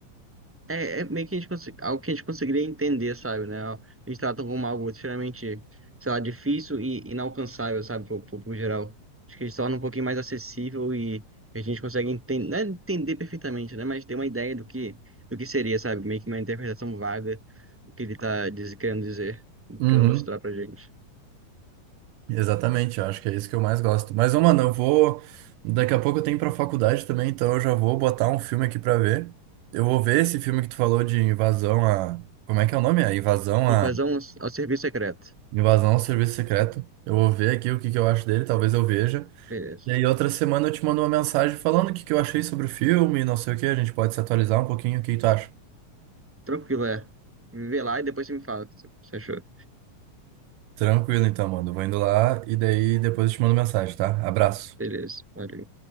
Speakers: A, in the centre; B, on the right (about 80°).
A: É, é meio que a gente conse- algo que a gente conseguiria entender, sabe, né? A gente trata como algo extremamente, sei lá, difícil e inalcançável, sabe, pro público geral. Acho que a gente tornam um pouquinho mais acessível e a gente consegue entender, não é entender perfeitamente, né? Mas ter uma ideia do que, do que seria, sabe? Meio que uma interpretação vaga do que ele tá diz- querendo dizer,
B: legal.
A: querendo mostrar pra gente.
B: Exatamente, eu acho que é isso que eu mais gosto. Mas, ô, mano, eu vou. Daqui a pouco eu tenho pra faculdade também, então eu já vou botar um filme aqui pra ver. Eu vou ver esse filme que tu falou de invasão a. Como é que é o nome? A invasão
A: Invasão
B: a.
A: ao serviço secreto.
B: Invasão ao Serviço Secreto. Eu vou ver aqui o que que eu acho dele, talvez eu veja.
A: Beleza.
B: E aí, outra semana eu te mando uma mensagem falando o que que eu achei sobre o filme, não sei o que, a gente pode se atualizar um pouquinho, o que que tu acha?
A: Tranquilo, é. Vê lá e depois você me fala o que você você achou.
B: Tranquilo, então, mano. Eu Vou indo lá e daí depois eu te mando mensagem, tá? Abraço.
A: Beleza. Valeu.